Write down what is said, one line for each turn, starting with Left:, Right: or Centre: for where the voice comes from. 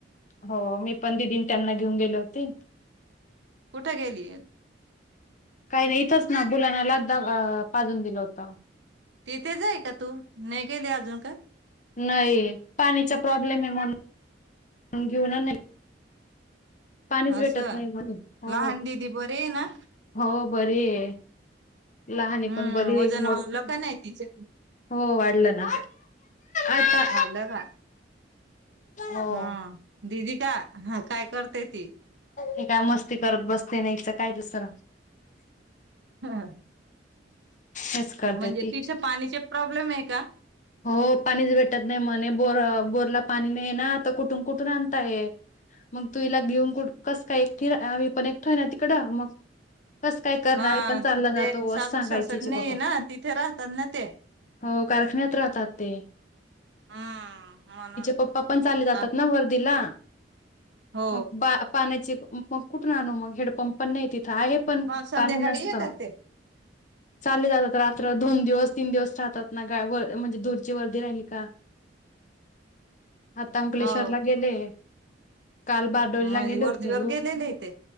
Left: हो मी पण दिदी न त्यांना घेऊन गेले होते
Right: कुठे गेली
Left: काही नाही इथंच ना कुणाल आला तर पाजून दिला होत
Right: तिथे आहे का तू नाही गेली अजून का
Left: नाही पाणीचा प्रॉब्लेम आहे म्हण घेऊन नाही पाणीच
Right: असं
Left: भेटत नाही म्हणून हो
Right: लहान दिदी बरे आहे ना
Left: हो बर आहे लहान
Right: हम्म
Left: पण बरी
Right: वजन
Left: मो
Right: वाढलं का नाही तिचे
Left: हो वाढलं ना आता
Right: वाढलं का
Left: हो
Right: हा दिदी का हा काय करते ती
Left: हे काय मस्ती करत बसते नाहीच काय दुसरं
Right: ह
Left: हेच करते
Right: म्हणजे
Left: ती
Right: तिथे पाण्याचे प्रॉब्लेम आहे का
Left: हो पाणीच भेटत नाही म्हणे बोर बोरला पाणी नाही ना आ तर कुठून कुठून आणताय मग तुला घेऊन कुठ कस काय एक आम्ही पण एकठो आहे ना तिकडं मग कस काय करणारे
Right: हा
Left: पण चाललं जातो
Right: ते सासू
Left: अस सांगायची
Right: सासर नाही
Left: बाबा
Right: ना तिथे राहतात ना ते.
Left: हो कारखान्यात राहतात ते
Right: हम्म म्हणून.
Left: पप्पा पण चा जातात
Right: ह
Left: ना वर्दीला
Right: हो
Left: मग पाण्याचे मग कुठून आनु मग हेडपंप पण नाही तिथं आहे पण
Right: मग संध्याकाळी
Left: पाणी नसत
Right: येतात ते
Left: चालले जातात रात्र दोन दिवस तीन दिवस राहतात ना गा ब म्हणजे दूरची वर्दी राहिली का आता अंकलेश्वरला
Right: हो
Left: गेले काल बारडोलीला
Right: म्हणजे
Left: गेले
Right: वरतीवर
Left: होते
Right: गेलेले ते